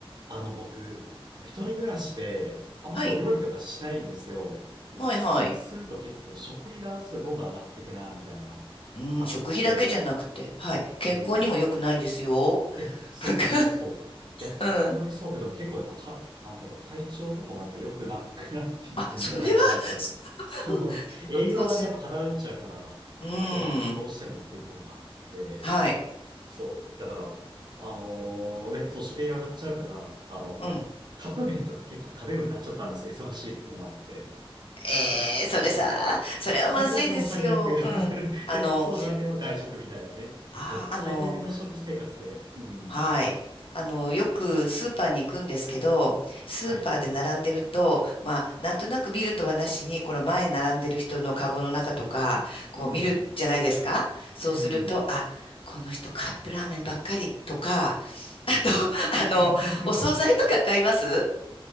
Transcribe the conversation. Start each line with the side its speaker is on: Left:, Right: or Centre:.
Right: あの、僕、一人暮らしで、あんまこう料理とかしないんですよ。
Left: はい。
Right: で、
Left: はいはい。
Right: そうすると結構食費がすごいどんどん上がっていくな、みたいな、
Left: うん、
Right: あって、
Left: 食費だけじゃなくて、はい。健康にも良くないですよ。
Right: うん。いや、そうそうそうそう。
Left: なんか、
Right: いや、
Left: うん。
Right: 本当にそうで、でも結構やっぱか、なんだろう、体調とかもやっぱ良くなくなってるんじゃないかな、
Left: あ、それは、
Right: みたいな。
Left: そ
Right: そう、
Left: うん
Right: <laughs> 栄養がね、
Left: そうそう。
Right: やっぱ偏っちゃうから、
Left: うん。
Right: サプリだけじゃどうしてもっていうところがあって、
Left: はい。
Right: そう。だから、あのーね、そう、食費が上がっちゃうから、あのーカップ麺とか結構食べるようになっちゃったんですよ。
Left: うん。
Right: 忙しいっていうのもあって。
Left: えー、
Right: でほほ最悪も最悪
Left: それさ、それはまずいですよ。うん。
Right: <laughs>
Left: あの、
Right: で、そうじゃなければ外食みたいなね。
Left: あ、
Right: もう最悪の食生活で。
Left: あの、
Right: うん。
Left: はい。あの、よくスーパーに行くんですけど、スーパーで並んでると、
Right: はい。
Left: まあ、なんとなく見るとはなしに、この前並んでる人のカゴの中とか、こう見るじゃないですか。
Right: うん。
Left: そうすると、
Right: うん。
Left: あ、この人カップラーメンばっかりとか、あと、<laughs> あの、
Right: <laughs>
Left: お惣菜とか買います